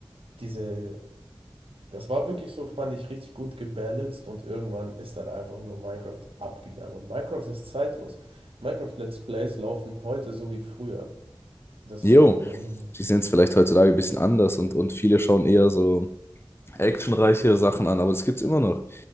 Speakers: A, on the right; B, on the left.
A: diese. Das war wirklich so, fand ich, richtig gut gebalanced und irgendwann ist dann einfach nur Minecraft abgegangen. Und Minecraft ist zeitlos. Minecraft Let's Plays laufen heute so wie früher. Das
B: Jo,
A: ist einfach nur unnormal.
B: die sind es vielleicht heutzutage ein bisschen anders und, und viele schauen eher so actionreichere Sachen an, aber das gibt es immer noch.